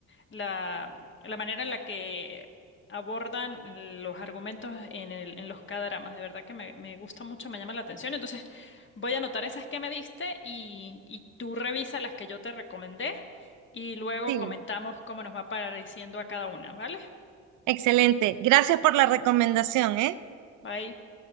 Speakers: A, on the left (about 35°); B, on the right (about 65°).
A: la, la manera en la que abordan los argumentos en el, en los K-dramas. De verdad que me, me gusta mucho, me llama la atención. Entonces voy a anotar esas que me diste y, y tú revisa las que yo te recomendé y luego
B: sí,
A: comentamos cómo nos va pareciendo a cada una, ¿vale?
B: excelente. Gracias por la recomendación, ¿eh?
A: Bye.